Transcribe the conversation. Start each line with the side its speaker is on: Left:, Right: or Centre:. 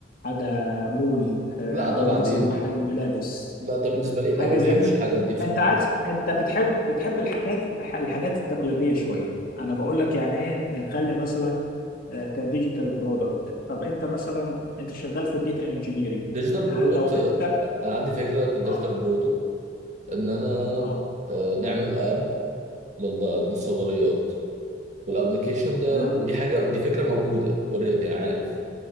Left: حاجة مول آه،
Right: لا
Left: أو
Right: ده بعدين
Left: مثلا محل ملابس
Right: لا ده بالنسبه لي
Left: حاجه
Right: لا ما
Left: زي
Right: بحبش
Left: كده
Right: الحاجات دي بصراحه
Left: انت عايز انت بتحب بتحب الحاجات الحاجات التقليديه شويه انا بقول لك يعني ايه نخلي مثلا آه، كديجيتال برودكت طب انت مثلا انت شغال في الديتا انجينيرنج
Right: ديجيتال
Left: هل
Right: برودكت
Left: لو انت
Right: عندي فكره في الديجيتال
Left: اه
Right: برودكت ان انا
Left: اه
Right: آه، نعمل اب للصيدليات والابلكيشن ده
Left: تمام
Right: ودي حاجه ودي فكره موجوده اوريدي انا عارف